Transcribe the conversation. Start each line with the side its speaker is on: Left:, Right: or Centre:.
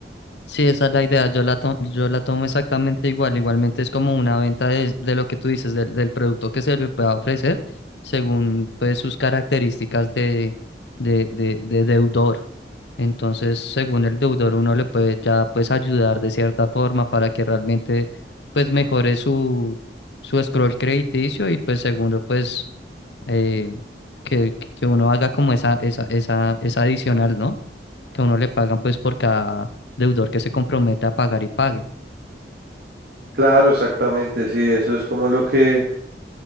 Left: Sí, esa es la idea. Yo la tomo, yo la tomo exactamente igual. Igualmente es como una venta de, de lo que tú dices, del, del producto que se le pueda ofrecer según pues sus características de, de, de, de deudor. Entonces, según el deudor, uno le puede ya pues ayudar de cierta forma para que realmente pues mejore su, su scroll crediticio y pues segundo pues eh, que, que uno haga como esa, esa, esa, esa adicional, ¿no? Que a uno le pagan pues por cada deudor que se compromete a pagar y pague.
Right: Claro, exactamente, sí, eso es como lo que...